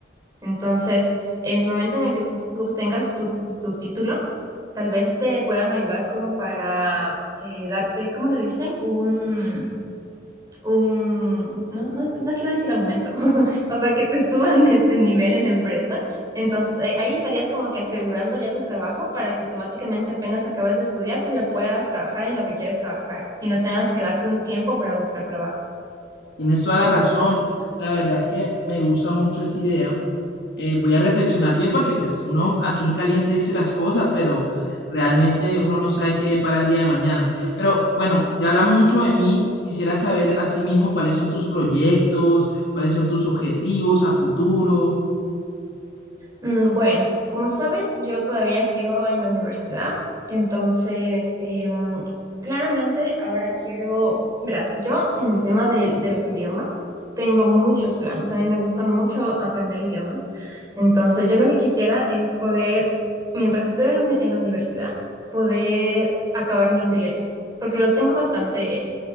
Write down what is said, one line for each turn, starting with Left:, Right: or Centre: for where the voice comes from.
Right: Entonces, en el momento en el que tú, tú obtengas tu, tu título, tal vez te puedan ayudar como para eh, darte, ¿cómo le dicen? Un, un, no, no, no quiero decir aumento, <laughs> o sea, que te suban de, de nivel en la empresa. Entonces, ahí ahí estarías como que asegurando ya tu trabajo para que automáticamente apenas acabes de estudiar, tú ya puedas trabajar en lo que quieres trabajar y no tengas que darte un tiempo para buscar trabajo.
Left: Tienes toda la razón. La verdad es que me gusta mucho esa idea. Eh, voy a reflexionar bien porque pues uno aquí en caliente dice las cosas, pero realmente uno no sabe qué para el día de mañana. Pero bueno, ya hablamos mucho de mí. Quisiera saber asimismo cuáles son tus proyectos, cuáles son tus objetivos a futuro.
Right: Mm, Bueno, como sabes, yo todavía sigo en la universidad, entonces em, claramente ahora quiero, verás, yo en el tema del- de, los idiomas tengo muchos planes, a mí me gusta mucho aprender idiomas, entonces yo lo que quisiera es poder, mientras estoy en, la uni- en la universidad, poder acabar mi inglés, porque lo tengo bastante